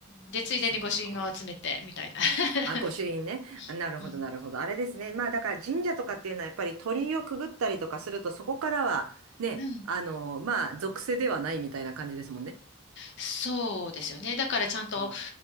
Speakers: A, on the left; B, on the right.
A: で、ついでに御朱印を集めて、
B: そうか。
A: みたいな。<laughs>
B: あ、御朱印ね。なるほど、
A: うん。
B: なるほど。あれですね。まあ、だから神社とかっていうのは、やっぱり鳥居をくぐったりとかすると、そこからは、ね、
A: うん。
B: あの、まあ、属性ではないみたいな感じですもんね。
A: そうですよね。だからちゃんと
B: うん、